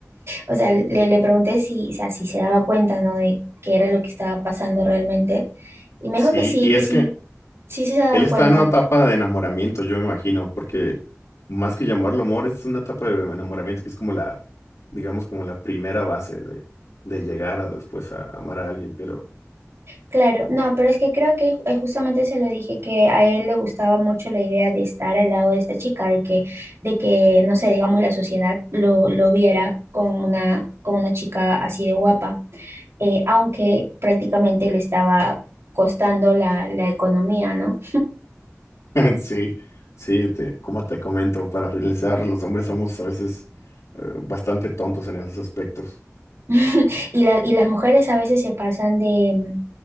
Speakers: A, on the right; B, on the left.
A: o sea, le, le pregunté si, o sea, si se daba cuenta, ¿no? De qué era lo que estaba pasando realmente. Y me
B: Sí,
A: dijo que sí,
B: y
A: que
B: es
A: sí,
B: que
A: sí se daba
B: él está
A: cuenta.
B: en una etapa de enamoramiento, yo me imagino, porque más que llamarlo amor, es una etapa de enamoramiento que es como la, digamos, como la primera base de, de llegar a después a amar a alguien, pero...
A: Claro, no, pero es que creo que ju- eh, justamente se lo dije que a él le gustaba mucho la idea de estar al lado de esta chica, de que, de que, no sé, digamos, la sociedad lo, lo viera con una, con una chica así de guapa, eh, aunque prácticamente le estaba costando la, la economía, ¿no?
B: <laughs> Sí, sí, te- como te comento, para finalizar, los hombres somos a veces eh, bastante tontos en esos aspectos.
A: <laughs> Y, la- y las mujeres a veces se pasan de,